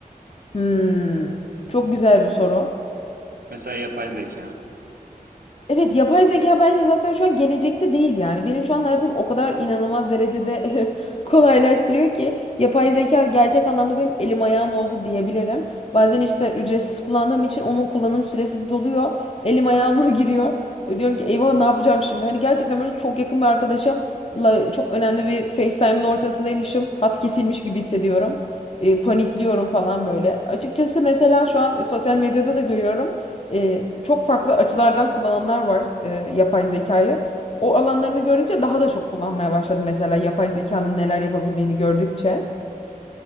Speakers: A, on the left; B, on the right.
A: Hmm, çok güzel bir soru.
B: Mesela yapay zeka.
A: Evet yapay zeka bence zaten şu an gelecekte değil yani. Benim şu an hayatım o kadar inanılmaz derecede <laughs> kolaylaştırıyor ki yapay zeka gerçek anlamda benim elim ayağım oldu diyebilirim. Bazen işte ücretsiz kullandığım için onun kullanım süresi doluyor. Elim ayağıma <laughs> giriyor. E, Diyorum ki eyvah ne yapacağım şimdi? Hani gerçekten böyle çok yakın bir arkadaşımla çok önemli bir FaceTime'ın ortasındaymışım. Hat kesilmiş gibi hissediyorum. E, panikliyorum falan böyle. Açıkçası mesela şu an e, sosyal medyada da görüyorum e, çok farklı açılardan kullananlar var e, yapay zekayı. O alanlarını gördükçe daha da çok kullanmaya başladım mesela yapay zekanın neler yapabildiğini gördükçe.